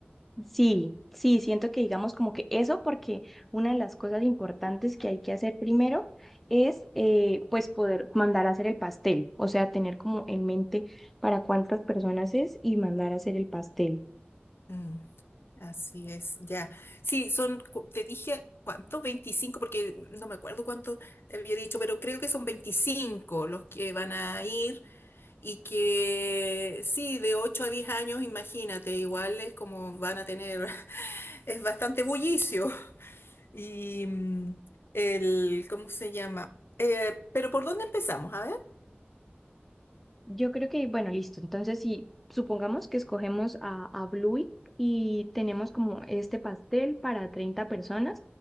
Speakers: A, in the centre; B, on the left.
A: Sí, sí, siento que digamos como que eso, porque una de las cosas importantes que hay que hacer primero es eh, pues poder mandar a hacer el pastel, o sea, tener como en mente para cuántas personas es y mandar a hacer el pastel.
B: Mm, así es, ya. Sí, son, cu- te dije, ¿cuánto? veinticinco porque no me acuerdo cuánto te había dicho, pero creo que son 25 los que van a ir y que sí, de 8 a 10 años, imagínate, igual es como van a tener, <laughs> es bastante bullicio. Y mm, el, ¿cómo se llama? Eh, pero ¿por dónde empezamos? A ver.
A: Yo creo que, bueno, listo, entonces si supongamos que escogemos a, a Bluey y tenemos como este pastel para 30 personas,